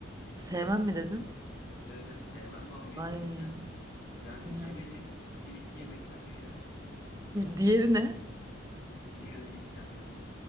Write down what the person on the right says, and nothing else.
Sevmem mi dedin?
Ay.
Ya.
Diğeri ne?